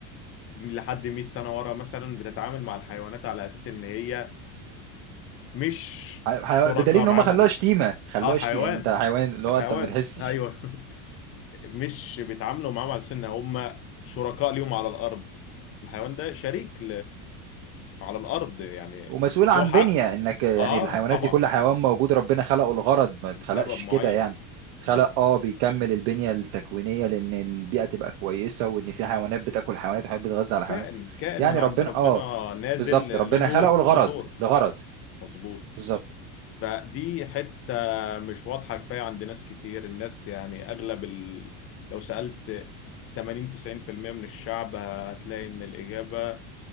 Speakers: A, on the left; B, on the right.
A: لحد 100 سنة ورا مثلا بتتعامل مع الحيوانات على اساس ان هي مش
B: حيو-
A: شركاء
B: بدليل ان
A: معاهم
B: هم خلوها شتيمه خلوها
A: اه حيوان
B: شتيمه يعني انت حيوان اللي
A: ده
B: هو
A: حيوان
B: انت ما بتحسش
A: ايوه <laughs> مش بيتعاملوا معاهم على سن هم شركاء ليهم على الارض الحيوان ده شريك على الارض يعني
B: ومسؤول
A: له
B: عن
A: حق
B: بنية انك يعني
A: اه
B: الحيوانات
A: طبعا
B: دي كل حيوان موجود ربنا خلقه الغرض ما اتخلقش
A: لسبب معين
B: كده يعني اتخلق
A: طبعا
B: اه بيكمل البنية التكوينية لان البيئة تبقى كويسة وان في حيوانات بتاكل حيوانات وحيوانات بتغذى على
A: كائن
B: حيوانات
A: كائن
B: يعني
A: من عند
B: ربنا
A: ربنا
B: اه
A: نازل
B: بالظبط ربنا
A: له دور
B: خلقه الغرض
A: له دور
B: لغرض
A: مظبوط
B: بالظبط
A: فدي حتة مش واضحة كفاية عند ناس كتير الناس يعني اغلب ال... لو سألت 80 90% من الشعب هتلاقي ان الاجابة